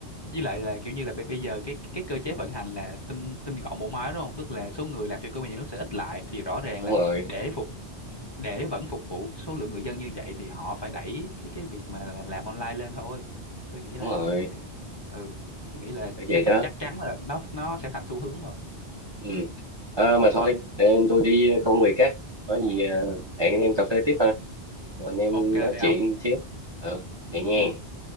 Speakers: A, on the left; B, on the right.
A: với lại là kiểu như là bây bây giờ cái cái cơ chế vận hành là tinh tinh gọn bộ máy đúng không tức là số người làm cho cơ quan nhà nước sẽ ít lại thì rõ ràng
B: đúng
A: là
B: rồi
A: để phục để vẫn phục vụ số lượng người dân như vậy thì họ phải đẩy cái cái việc mà là làm online lên thôi tôi nghĩ
B: đúng
A: là
B: rồi
A: là ừ tôi nghĩ là
B: kiểu vậy
A: chắc
B: đó
A: chắc chắn là nó nó sẽ thành xu hướng thôi
B: ừ. Ờ, mà thôi để tôi đi công việc á có gì ờ, hẹn anh em cà phê tiếp ha rồi anh em
A: ok
B: nói chuyện
A: không
B: xíu ừ vậy nha
A: ừ